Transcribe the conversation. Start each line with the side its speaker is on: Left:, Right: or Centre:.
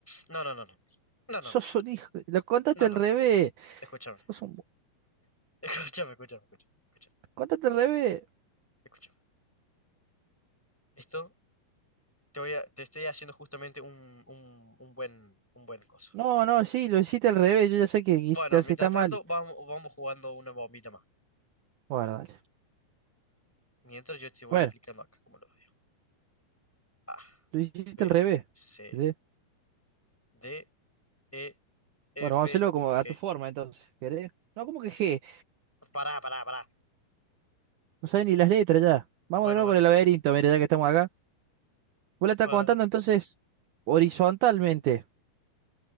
Centre: No, no, no, no. No, no,
Right: Sos
Centre: no.
Right: un hijo. de- Lo contaste
Centre: No, no,
Right: al
Centre: no.
Right: revés.
Centre: no. Escúchame.
Right: Sos un...
Centre: <laughs> Escúchame, escúchame, escúchame, escúchame,
Right: Contaste al revés.
Centre: escúchame. Esto te voy a, te estoy haciendo justamente un, un, un buen, un buen coso.
Right: No, no, sí, lo hiciste al revés. Yo ya sé que hiciste
Centre: Bueno,
Right: así,
Centre: mientras
Right: está
Centre: tanto,
Right: mal.
Centre: vamos, vamos jugando una bombita más.
Right: Bueno, dale.
Centre: Mientras yo te voy
Right: Bueno,
Centre: explicando acá cómo lo veo. A,
Right: lo hiciste
Centre: B,
Right: al revés.
Centre: C,
Right: ¿entendés?
Centre: D, E, F,
Right: Bueno, vamos a hacerlo como a
Centre: G.
Right: tu forma, entonces. ¿Querés? No, ¿cómo que G?
Centre: Pará, pará, pará.
Right: No sabes ni las letras ya. Vamos
Centre: Bueno,
Right: de nuevo
Centre: bueno,
Right: con el laberinto, mira, ya que estamos acá. Vos la estás
Centre: para.
Right: contando entonces horizontalmente.